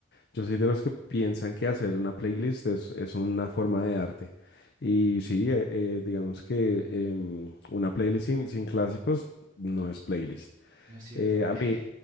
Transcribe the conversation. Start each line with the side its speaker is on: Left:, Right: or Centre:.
Left: yo soy de los que piensan que hacer una playlist es, es una forma de arte. Y sí, eh, eh, digamos que em, una playlist sin, sin clásicos no es playlist.
Right: ¿no es cierto?
Left: Eh, a
Right: <laughs>
Left: mí,